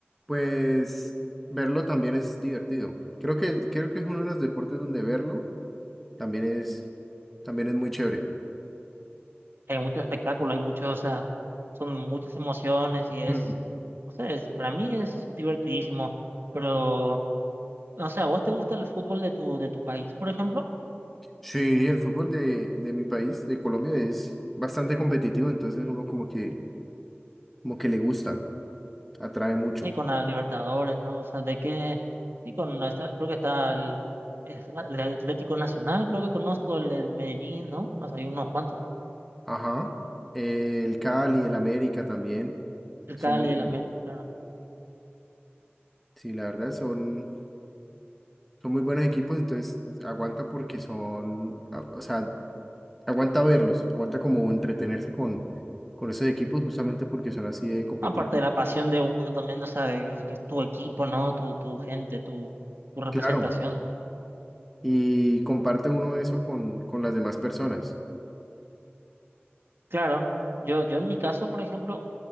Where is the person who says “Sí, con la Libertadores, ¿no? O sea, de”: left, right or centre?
Right